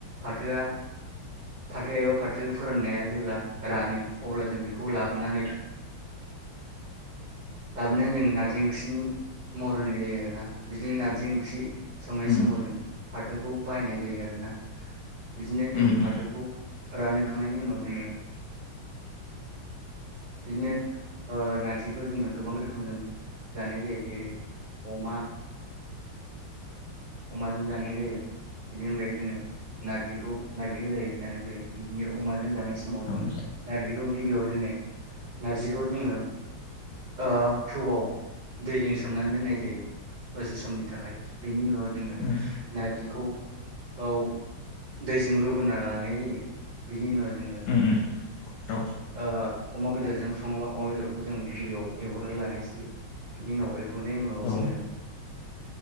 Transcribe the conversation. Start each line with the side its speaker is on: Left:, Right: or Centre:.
Right: फाथोआ फाथो एबा फाथो फोराननाया जेब्ला रानो अब्ला जों बेखौ लाबोनानै लाबोनानै जों नारजि ओंख्रि नि महर होननाय जायो आरो ना बिदिनो नारजि ओंख्रि संनाय
Left: उम
Right: समाव जों फाथोखौ बायनाय जायो आरो ना। बिदिनो जोङो
Left: उम उम
Right: फाथोखौ रानखांनायनि उनाव जोङो बिनो ओ नारजिखौ जोङो गोबां रोखोमजों जानाय जायो जेरै अमा अमाजों जानाय जायो बिनि अनगायै जोङो नारजिखौ नारजि गोजायो जानाय जायो बिदिनो अमाजों जानाय समाव
Left: औ
Right: जोङो
Left: उम
Right: नारजिखौ गिबियाव जोङो नारजिखौ जोङो ओ थौआव दैजों सोमनानै दोननाय जायो। दसे समनि थाखाय। बेनि उनाव जोङो
Left: उम
Right: नारजि खौ औ दैजों रुगोनना लानाय जायो बिनि उनाव जोङो
Left: उम उम औ
Right: ओ अमा बेदरजों सङोबा अमा बेदरखौ जों गिबियाव एवग्रोननानै लानाय जायो। बिनि उनाव एवग्रोनायनि उनाव
Left: औ
Right: जोङो